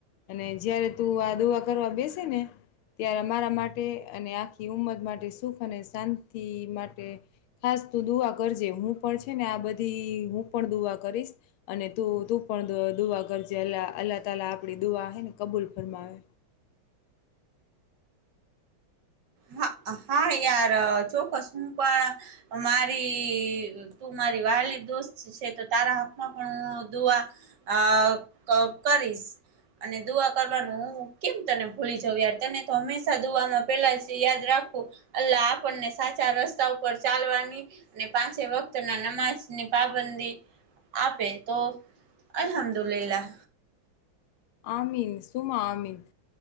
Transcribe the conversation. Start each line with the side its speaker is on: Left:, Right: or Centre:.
Left: અને જયારે તું આ દોવા કરવા બેસે ને ત્યારે મારા માટે અને આખી ઉમદ માટે સુખ અને શાંતિ માટે ખાસ તું દુઆ કરજે હું પણ છે ને આ બધી હું પણ દુઆ કરીશ અને તું તું પણ દુઆ કરજે અ અલ્લાહ તલા આપડી દુઆ હ ને કબૂલ ફરમાવે
Right: હા યાર ચોક્કસ હું પણ મારી તું મારી વાત ખાલી દોસ્ત છે, તો તારા હાથમાં પણ હું <unintelligible> દુઆ આ કરીશ, અને દુઆ કરવાનું હું કેમ તને ભૂલી જઉં યાર તને તો હંમેશા દુમાં પેલા જ યાદ રાખું અલ્લાહ આપણને સાચા રસ્તા ઉપર ચાલવાની ને પાંચ વખત ના નમાજ ની પાબંદી આપે તો અલ્હમદુલિલાહ.
Left: અમિન સુમા અમિન